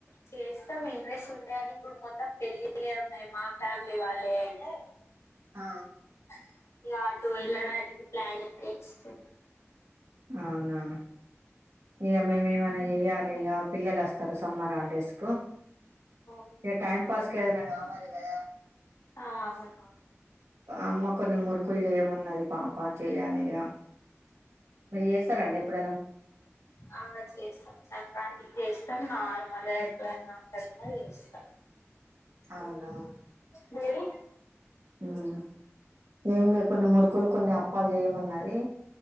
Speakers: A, on the left; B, on the right.
A: చేస్తాం ఇంట్రెస్ట్ ఉండాలి ఇప్పుడు మొత్తం పెళ్ళిళే ఉన్నాయి మా ఫ్యామిలీ వాళ్ళే అయితే
B: ఆ
A: <unintelligible> డానికి ప్లానింగ్ చేస్తున్నా
B: అవునా ఏ
A: ఆ
B: మేమే మన చెయ్యాల గా పిల్లలు వస్తారు సమ్మర్ హాలిడేస్ కు
A: పో
B: ఇక టైం పాస్ ఏదైనా కావాలి కదా
A: ఆ అవునవును
B: అమ్మ కొన్ని మురుకులు చేయమన్నది పాప చేయాలిగా మీరు చేస్తరండి ఇప్పుడ
A: ఆ చేస్తాం సంక్రాంతి చేస్తాం నార్మల్ మళ్ళీ ఎప్పుడైనా <unintelligible> కథ చేస్తా
B: అవునావు
A: మీది
B: ఉమ్ ఏం లేదు కొన్ని మురుకులు కొన్ని అప్పాలు చేయమన్నది